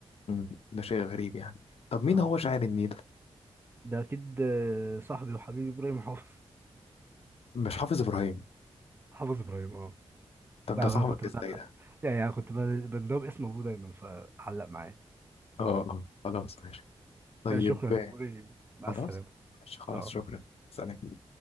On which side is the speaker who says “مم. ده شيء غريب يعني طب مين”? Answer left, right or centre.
Left